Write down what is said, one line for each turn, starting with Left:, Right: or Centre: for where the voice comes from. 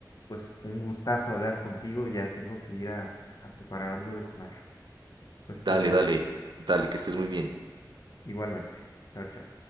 Left: pues un gustazo hablar contigo. Ya tengo que ir a, a preparar algo de comer. Pues
Right: Dale,
Left: te dejo.
Right: dale, dale, que estés muy bien.
Left: Igualmente. Chao, chao.